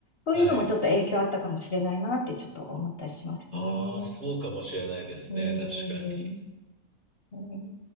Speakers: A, on the left; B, on the right.
A: そういうのもちょっと影響あったかもしれないなってちょっと思ったりしますね。
B: はい。ああ、そうかもしれないですね。
A: うーん。
B: 確かに。
A: ね